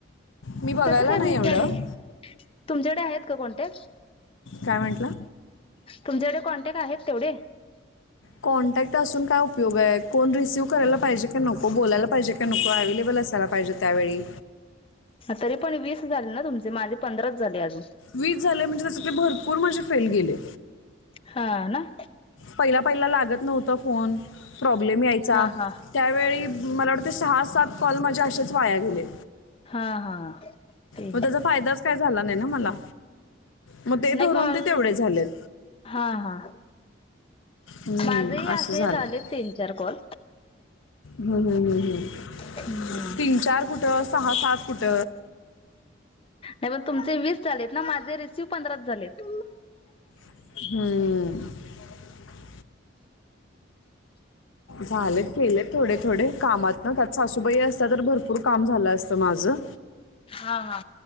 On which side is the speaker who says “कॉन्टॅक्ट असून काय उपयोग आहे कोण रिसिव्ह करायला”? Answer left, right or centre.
Left